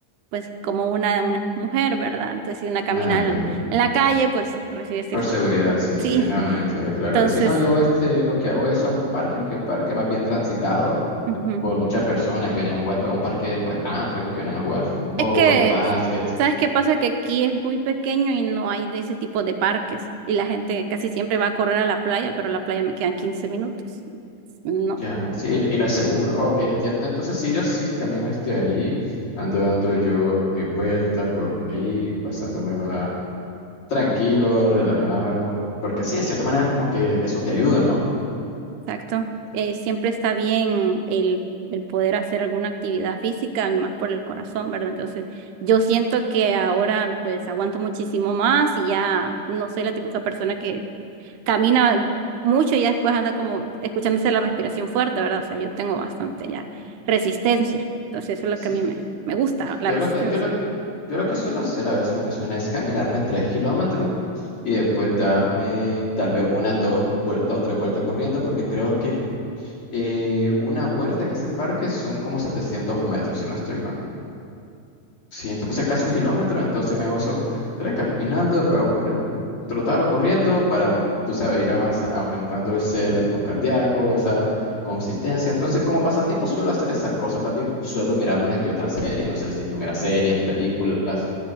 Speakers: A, on the right (about 80°); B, on the left (about 45°).
A: pues como una, una mujer, ¿verdad? Entonces, si una camina
B: Ah, ok,
A: en,
B: ok.
A: en la calle, pues recibe ciertos,
B: Por seguridad, sí,
A: sí,
B: sí. No, no entiendo, claro
A: entonces,
B: que sí. No, yo este, lo que hago es un parque, que un parque va bien transitado
A: ujú.
B: por muchas personas que vienen a jugar, pues un parque pues amplio, que vienen a jugar fútbol,
A: Es que,
B: básquet.
A: ¿sabes qué pasa? Que aquí es muy pequeño y no hay de ese tipo de parques. Y la gente casi siempre va a correr a la playa, pero a la playa me quedan quince minutos. No,
B: Ya, sí, y y no es seguro. Ok, entiendo. Entonces, sí, yo sí camino este ahí, ando dando yo mi vuelta por ahí, pasándomela tranquilo, relajado, porque sí, de cierta manera como que eso te ayuda, ¿no?
A: exacto. Eh, siempre está bien el, el poder hacer alguna actividad física, y más por el corazón, ¿verdad? Entonces, yo siento que ahora pues aguanto muchísimo más y ya no soy la típica persona que camina mucho y ya después anda como escuchándose la respiración fuerte, ¿verdad? O sea, yo tengo bastante ya resistencia. Entonces, eso es lo
B: Sí.
A: que a mí me, me gusta, la
B: Yo
A: resistencia.
B: lo que, yo lo, yo lo que suelo hacer a veces en ocasiones es caminarme tres kilómetros y después darme tal vez unas dos vueltas o tres vueltas corriendo, porque creo que eh, una vuelta en ese parque son como 700 metros, si no estoy mal. Sí, entonces casi un kilómetro, entonces me hago eso tres caminando, después hago correr, trotar o corriendo para, tú sabes, ir avanza, aumentando ese ritmo cardíaco, esa consistencia. Entonces, como pasatiempo suelo hacer esas cosas. También suelo mirar una que otra serie. No sé si tú miras series, películas.